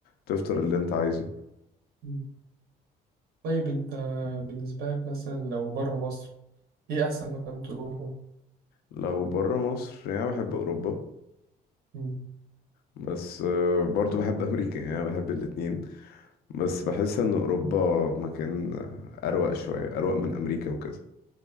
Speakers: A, on the left; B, on the right.
A: تفطر اللي انت عايزه
B: مم. طيب أنت بالنسبة لك مثلا لو بره مصر إيه أحسن مكان تروحه؟
A: لو بره مصر يعني أنا بحب اوروبا
B: مم.
A: بس آه، برضو بحب امريكا يعني أنا بحب الاتنين بس بحس ان اوروبا مكان آه، اروق شوية اروق من امريكا وكده